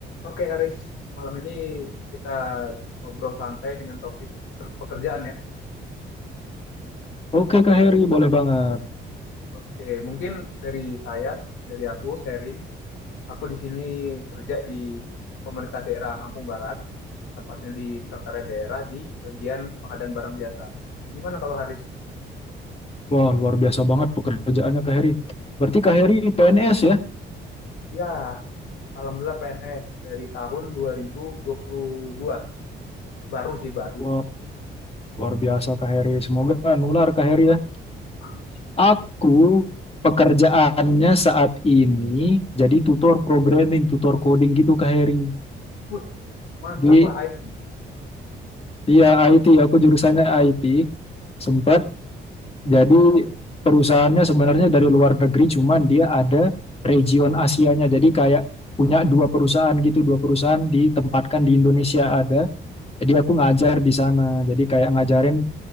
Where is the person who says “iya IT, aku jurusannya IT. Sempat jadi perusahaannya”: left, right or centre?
Left